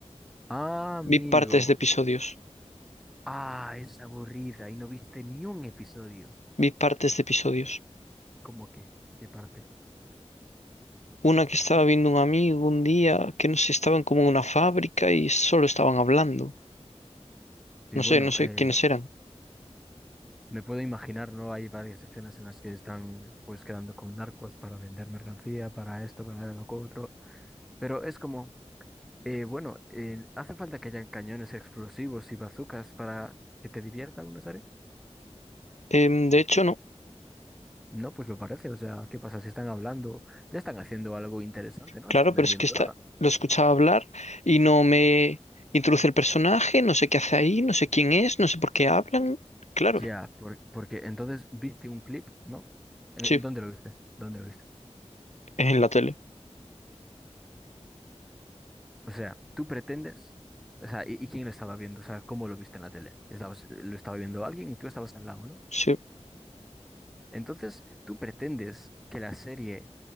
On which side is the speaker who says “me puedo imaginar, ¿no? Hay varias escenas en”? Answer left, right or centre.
Centre